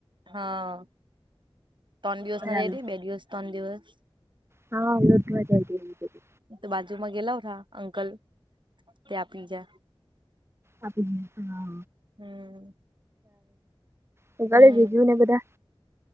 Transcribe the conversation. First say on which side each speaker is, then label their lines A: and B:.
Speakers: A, on the right; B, on the right.
A: હા ત્રણ દિવસ
B: બરાબર
A: ના જઈતી બે દિવસ ત્રણ દિવસ,
B: હા અમને તો મજા આઇ ગઇ,
A: તો બાજુમાં ગેલાવ થા અંકલ ત્યા આપીજા,
B: આપ હા
A: હમ
B: ચારગાળ
A: હમ
B: જીજું ને બધા,